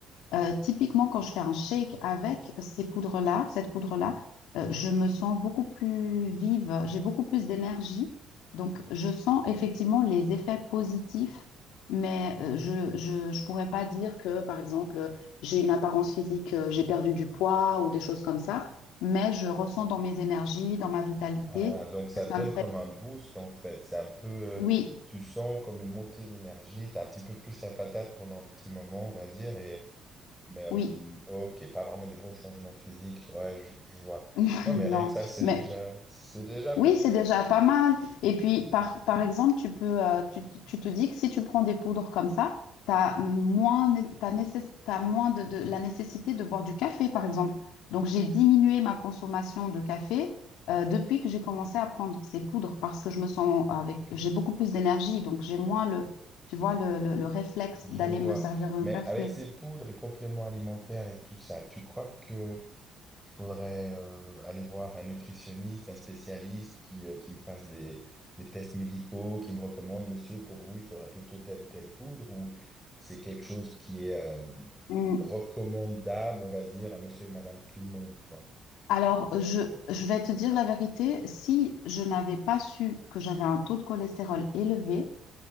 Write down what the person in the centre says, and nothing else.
Ah, donc ça
donne
comme un boost en fait. C'est un peu, euh,
tu sens comme une montée d'énergie. T'as un petit peu plus la patate pendant un petit moment, on va dire. Et mais euh,
ok, pas vraiment des gros changements physiques. Ouais, je, je vois.
Non, mais
rien que ça, c'est
déjà, c'est déjà positif.
Je
vois.
Mais
avec ces poudres et compléments alimentaires et tout ça, tu crois que faudrait euh, aller voir un nutritionniste, un spécialiste qui, euh, qui me fasse des, des tests médicaux, qui me recommande, monsieur, pour vous, il faudrait plutôt telle ou telle poudre, ou c'est quelque chose qui est euh,
recommandable, on va dire, à monsieur et madame tout le monde, quoi.